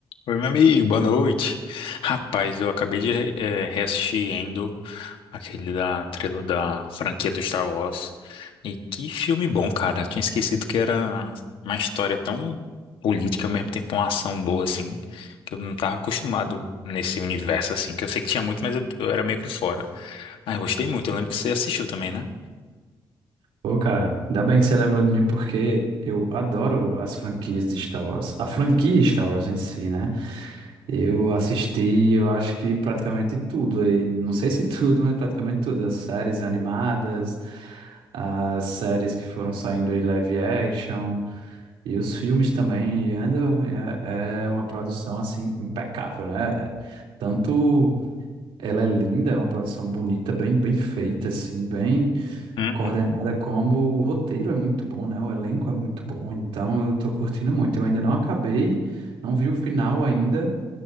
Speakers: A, on the left; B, on the right.
A: Oi, meu amigo, boa noite. Rapaz, eu acabei de re- eh, reassistir Endo, aquele da, trilo- da franquia do Star Wars. E que filme bom, cara. Eu tinha esquecido que era uma história tão política, ao mesmo tempo uma ação boa, assim, que eu não tava acostumado nesse universo, assim, que eu sei que tinha muito, mas eu, eu era meio por fora. Mas eu gostei muito, eu lembro que você assistiu também, né?
B: Pô, cara, ainda bem que você lembrou de mim porque eu adoro as franquias de Star Wars. A franquia Star Wars em si, né? Eu assisti, eu acho que praticamente tudo. E não sei se <laughs> tudo, mas praticamente tudo. As séries animadas, as séries que foram saindo aí live action e os filmes também. E ando, é, é uma produção, assim, impecável, né? É, Tanto ela é linda, é uma produção bonita, bem, bem feita, assim, bem
A: Uhum,
B: coordenada, como o roteiro é muito bom, né? O elenco é muito bom, então eu tô curtindo muito. Eu ainda não acabei, não vi o final ainda,